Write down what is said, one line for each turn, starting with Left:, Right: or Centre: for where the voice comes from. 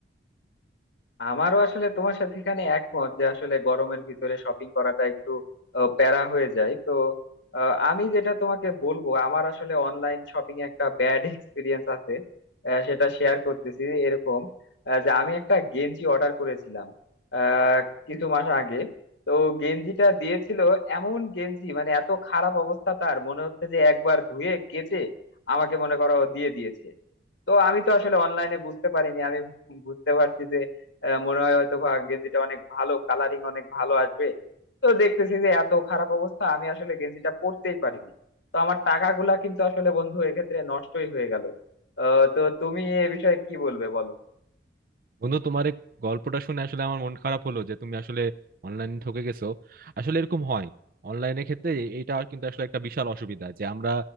Left: আমারও আসলে তোমার সাথে এখানে একমত যে আসলে গরমের ভিতরে শপিং করাটা একটু আহ, প্যারা হয়ে যায় তো আহ, আমি যেটা তোমাকে বলবো আমার আসলে অনলাইন শপিং একটা ব্যাড এক্সপিরিয়েন্স আছে আহ, সেটা শেয়ার করতেছি এরকম আহ, যে আমি একটা গেঞ্জি অর্ডার করেছিলাম আহ, কিছু মাস আগে তো গেঞ্জিটা দিয়েছিল এমন গেঞ্জি মানে এত খারাপ অবস্থা তার মনে হচ্ছে যে একবার ধুয়ে কেচে আমাকে মনে করো দিয়ে দিয়েছে তো আমি তো আসলে অনলাইনে বুঝতে পারিনি আমি বুঝতে পারছি যে আহ, মনে হয় হয়তো ভাগ্যে যেটা অনেক ভালো কালারিং অনেক ভালো আসবে তো দেখতেছি যে এত খারাপ অবস্থা আমি আসলে গেঞ্জিটা পরতেই পারিনি তো আমার টাকাগুলা কিন্তু আসলে বন্ধু এক্ষেত্রে নষ্টই হয়ে গেল আহ তো তুমি এ বিষয়ে কি বলবে বলো
Right: বন্ধু তোমার এই গল্পটা শুনে আসলে আমার মন খারাপ হলো যে তুমি আসলে অনলাইনে ঠকে গেছো আসলে এরকম হয় অনলাইনের ক্ষেত্রে এ- এটা কিন্তু আসলে একটা বিশাল অসুবিধা যে আমরা